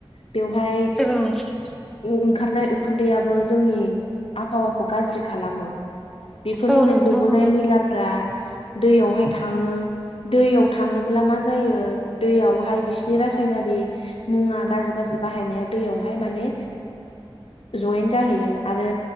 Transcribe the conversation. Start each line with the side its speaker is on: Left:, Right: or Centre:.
Left: बेवहाय
Centre: औ।
Left: ओंखारनाय उखुन्दैयाबो जोंनि आबहावाखौ गाज्रि खालामो। बेफोरनिफ्राय
Centre: औ नोंथां
Left: गबोनाय
Centre: औ
Left: मैलाफ्रा दैयावहाय थाङो। दैयाव थाङोब्ला मा जायो दैयावहाय बिसिनि रासायनारि मुङा गाज्रि गाज्रि बाहायनाया दैयावहाय माने जयेन जाहैयो आरो